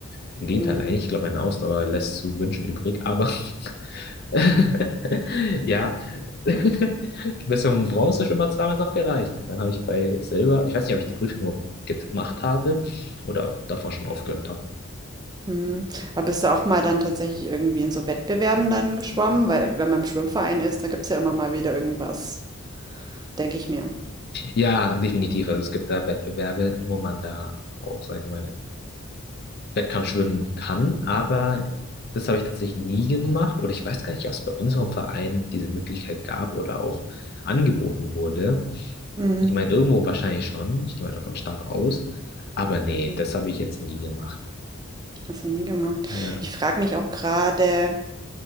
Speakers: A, on the left; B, on the right.
A: Im Gegenteil,
B: Mhm.
A: eigentlich. Ich glaube, meine Ausdauer lässt zu wünschen übrig. Aber <laughs> ja, <laughs> bis zum Bronzeschwimmer hat es damals noch gereicht. Und dann habe ich bei Silber, ich weiß nicht, ob ich die Prüfung überhaupt gemacht habe oder davor schon aufgehört habe.
B: Hm. Aber bist du auch mal dann tatsächlich irgendwie in so Wettbewerben dann geschwommen? Weil wenn man im Schwimmverein ist, da gibt es ja immer mal wieder irgendwas, denke ich mir.
A: Ja, definitiv. Also es gibt da Wettbewerbe, wo man da auch, sag ich mal, Wettkampfschwimmen kann, aber das habe ich tatsächlich nie gemacht oder ich weiß gar nicht, ob es bei unserem Verein diese Möglichkeit gab oder auch angeboten wurde.
B: Mhm.
A: Ich meine, irgendwo wahrscheinlich schon, ich gehe mal davon stark aus, aber nee,
B: Mhm.
A: das habe ich jetzt nie gemacht.
B: Hast du nie gemacht.
A: Ja.
B: Ich frage mich auch gerade,